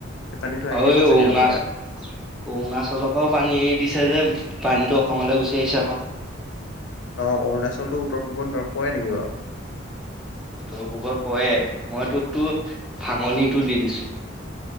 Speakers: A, on the left (about 65°); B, in the centre.
A: সেই পানীতটো আহিব
B: আৰু এই অৰুণাচ
A: চাগে আমাৰ ইয়াত।
B: অৰুণাচলৰ পৰাও পানী এৰি দিছে যে, পানীতটো অসমলৈ গুচি আহিছে আকৌ।
A: আহ' অৰুণাচলটো উত্তৰ পূবত নপৰে নেকি বা
B: উত্তৰ পূবত পৰে, মই তোকতো ভাঙনটো দি দিছো।